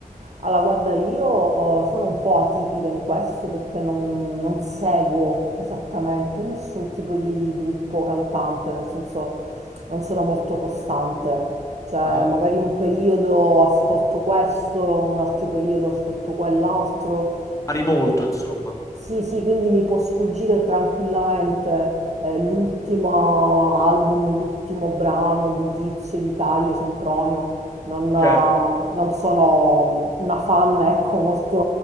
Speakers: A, on the right; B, on the left.
A: allora, guarda, io oh, sono un po' atipica in questo perché non, non seguo esattamente nessun tipo di gruppo cantante, nel senso non sono molto costante. Cioè,
B: Ah.
A: magari un periodo ascolto questo, un altro periodo ascolto quell'altro.
B: Pari molto, insomma.
A: Sì, sì, quindi mi può sfuggire tranquillamente eh, l'ultimo album, l'ultimo brano di Tizio, di Caio, Sempronio. Non, eh,
B: Certo,
A: non sono una fan, ecco, molto,